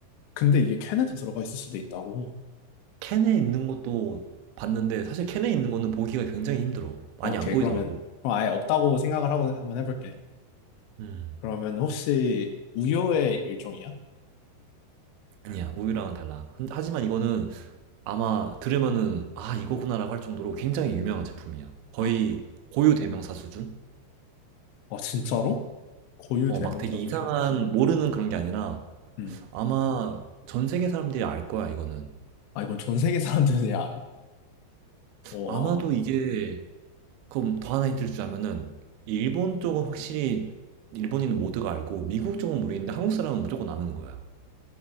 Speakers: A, on the left; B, on the right.
A: 근데 이게 캔에도 들어가 있을 수도 있다고.
B: 캔에 있는 것도 봤는데 사실 캔에 있는 거는 보기가 굉장히 힘들어. 많이
A: 오케이
B: 안 보이더라고.
A: 그러면 그럼 아예 없다고 생각을 하고 한번 해볼게.
B: 음.
A: 그러면 혹시 우유의 일종이야?
B: 아니야, 우유랑은 달라. 한- 하지만 이거는 아마 들으면은 아 이거구나라고 할 정도로 굉장히 유명한 제품이야. 거의
A: 아
B: 고유 대명사 수준?
A: 진짜로? 고유
B: 어,
A: 대명사
B: 막 되게
A: 수준.
B: 이상한 모르는 그런 게 아니라
A: 음.
B: 아마 전 세계 사람들이 알 거야 이거는.
A: 아 이건 전 세계 사람들이 알아? 와.
B: 아마도 이게 그럼 더 하나 힌트를 주자면은 일본 쪽은 확실히 일본인 모두가 알고 미국 쪽은 모르겠는데 한국 사람은 무조건 아는 거야.